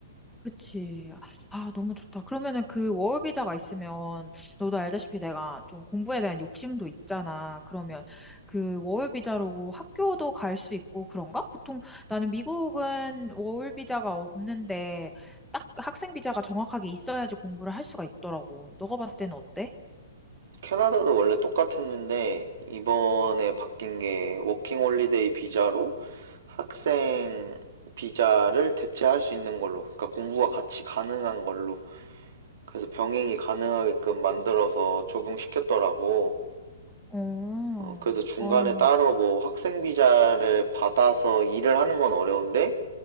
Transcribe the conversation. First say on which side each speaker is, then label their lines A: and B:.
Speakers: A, in the centre; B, on the right (about 65°).
A: 그치. 아, 너무 좋다. 그러면은 그 워비자가 있으면, 너도 알다시피 내가 좀 공부에 대한 욕심도 있잖아. 그러면 그 워비자로 학교도 갈 수 있고 그런가? 보통 나는 미국은 워비자가 없는데, 딱 학생 비자가 정확하게 있어야지 공부를 할 수가 있더라고. 너가 봤을 때는 어때?
B: 캐나다도 원래 똑같았는데 이번에 바뀐 게 워킹 홀리데이 비자로 학생 비자를 대체할 수 있는 걸로, 그러니까 공부가 같이 가능한 걸로. 그래서 병행이 가능하게끔 만들어서 적용시켰더라고.
A: 어,
B: 어, 그래서 중간에
A: 어,
B: 따로 뭐 학생 비자를 받아서 일을 하는 건 어려운데